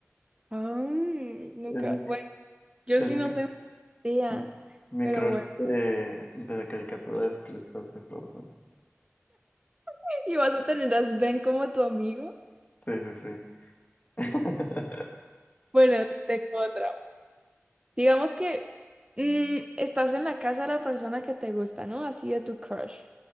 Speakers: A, on the right; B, on the left.
A: Ah, nunca.
B: Es mi,
A: Bueno, yo
B: es
A: sí
B: mi
A: no tengo idea,
B: Mi mi
A: pero
B: crush
A: bueno.
B: de, de la caricatura es Kristoff de Frozen.
A: <laughs> ¿Y vas a tener a Sven como tu amigo?
B: Sí, sí, sí. <laughs>
A: Bueno, te tengo otra. Digamos que mm, estás en la casa de la persona que te gusta, ¿no? Así de tu crush.